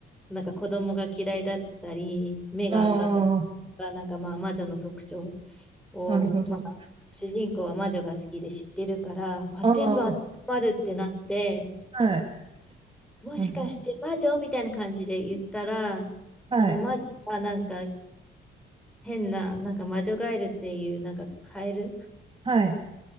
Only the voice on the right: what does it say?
ああ、
なるほど。
ああ、
はい。
なるほど。はい。
はい。